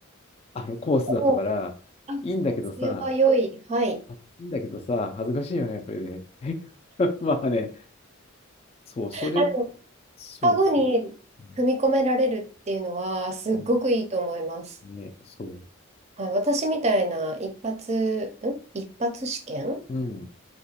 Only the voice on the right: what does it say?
おーあ、
それは良い。はい。
あの、
カゴに組み込められるっていうのは、すっごくいいと思います。
はい、私みたいな一発、ん一発試験